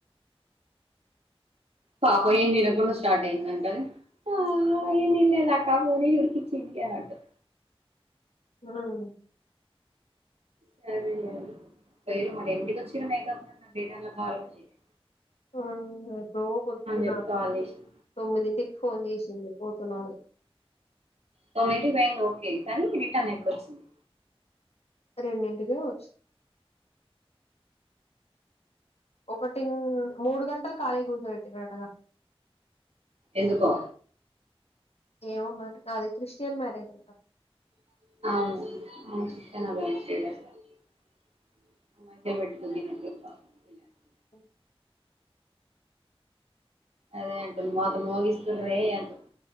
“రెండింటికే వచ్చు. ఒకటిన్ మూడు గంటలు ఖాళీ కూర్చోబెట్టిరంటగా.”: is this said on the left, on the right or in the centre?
Left